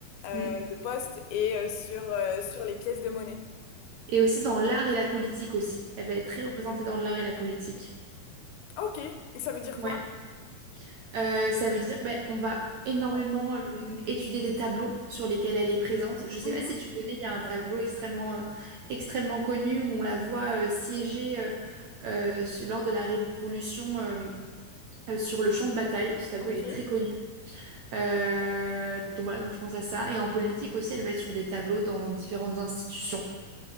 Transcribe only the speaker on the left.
euh,
de poste et euh, sur, euh, sur les pièces de monnaie.
Ok, et ça veut dire quoi?
Comment-
Mhm.
Ok.